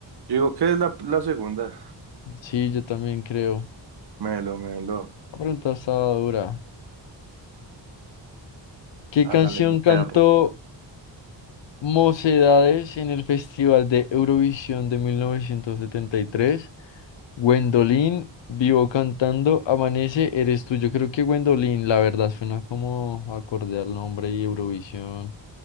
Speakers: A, on the right; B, on the left.
A: Yo digo que es la, la segunda.
B: Sí, yo también creo.
A: Melo, Melo,
B: La pregunta estaba dura. ¿Qué
A: hágale
B: canción
A: mi perro.
B: cantó Mocedades en el Festival de Eurovisión de 1973? Gwendolyn, vivo cantando, amanece, eres tú. Yo creo que Gwendolyn, la verdad, suena como acorde al nombre y Eurovisión.